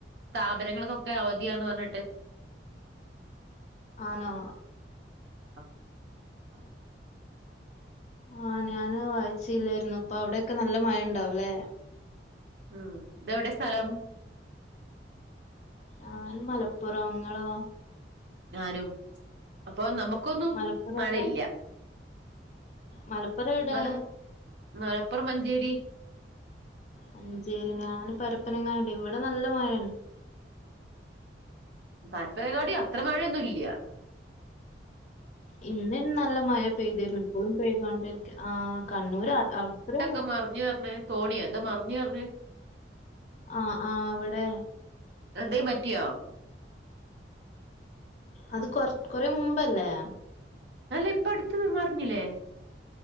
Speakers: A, on the right; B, on the left.
A: സ്ഥാപനങ്ങൾക്കൊക്കെ അവധിയാ ന്ന് പറഞ്ഞേട്ട്
B: ആണോ
A: <inaudible>
B: ആഹ ഞാന് വായിച്ചില്ലായിരുന്നു ഇപ്പൊ അവിടൊക്കെ നല്ല മഴ ഉണ്ടാവുല്ലേ
A: ഉം ഇതെവിടെ സ്ഥലം
B: ഞാനും മലപ്പുറംങ്ങളോ
A: ഞാനും അപ്പൊ നമുക്കൊന്നും
B: മലപ്പുറം
A: മയ
B: എവിടെ
A: ഇല്ല
B: മലപ്പുറം എവിടെ
A: മലം മലപ്പുറം മഞ്ചേരി
B: മഞ്ചേരി ഞാന് പരപ്പനങ്ങാടി ഇവിടെ നല്ല മയെണ്
A: പരപ്പനങ്ങടി അത്ര മഴയൊന്നു ഇല്യ
B: ഇന്ന് നല്ല മഴ പെയ്തിര്ന്നു ഇപ്പളും പെയ്തോണ്ടിരിക്ക ആ കണ്ണൂർ അ അവിടെ
A: ക്കെ മറിഞ്ഞ് മേ തോണിയ എന്താ മറിഞ്ഞ് റിഞ്ഞ്
B: ആഹ ആ ഇവിടെ
A: എന്തെയും പറ്റിയോ
B: അത് കൊ കൊറെ മുമ്പല്ലേ
A: ഇപ്പ അടുത്ത നമ്മ അറിഞ്ഞില്ലേ